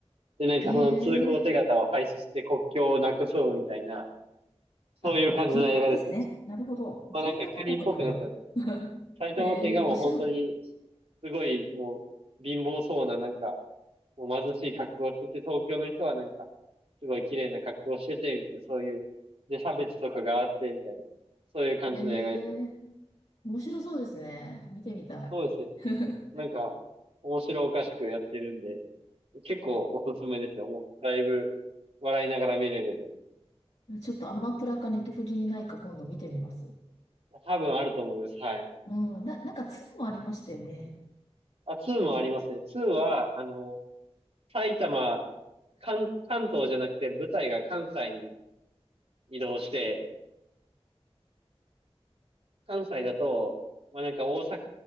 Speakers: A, on the right; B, on the left.
A: で、なんかその通行手形を廃止して国境をなくそうみたいな、
B: へえ。
A: そういう感じの映画ですね。
B: あ、もう国なんですね。なるほど。
A: まあなんか国っぽくなってますね。
B: 埼玉国なんだ。<laughs>
A: 埼玉県がもう本当に、
B: へえ、面白い。
A: すごいもう貧乏そうななんか、もう貧しい格好をしてて、東京の人はなんか、すごい綺麗な格好をしてて、みたいな、そういう、で、差別とかがあって、みたいな、そういう感じの映画ですね。
B: へえ、面白そうですね。見てみたい。
A: そうですね。
B: <laughs>
A: なんか、面白おかしくやってるんで、結構おすすめですよ。もうだいぶ笑いながら見れるんで。
B: えちょっとアマプラかネットフリにないか今度見てみます。
A: 多分あると思います。はい。
B: うん、な、なんかツーもありましたよね。
A: あ、2もありますね。2は、あの、埼玉、関、関東じゃなくて舞台が関西に移動して、関西だと、まあなんか大阪